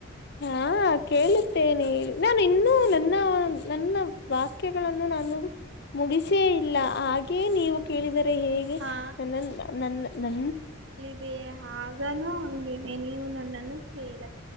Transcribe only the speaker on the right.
ಹಾ
ಅದೆ ಆದನೂ ಹಂಗೇನೆ ನೀವು ನನ್ನನ್ನು ಕೇಳಿ